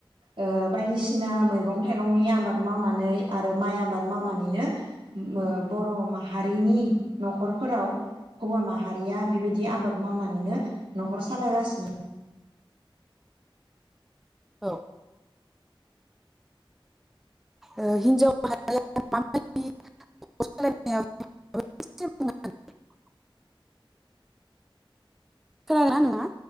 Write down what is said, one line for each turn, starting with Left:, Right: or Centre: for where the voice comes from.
Right: ओ बायदिसिना मैगं थाइगंनि आबाद मावनानै आरो माइ आबाद मावनानैनो मो बर' माहारिनि न'खरफोराव हौवा माहारिया बेबायदि आबाद मावनानैनो न'खर सालायगासिनो।
Centre: औ ओ हिनजाव माहारिया माबायदि न'खर सालायनायाव <unintelligible> खोनादोंना नोंङा?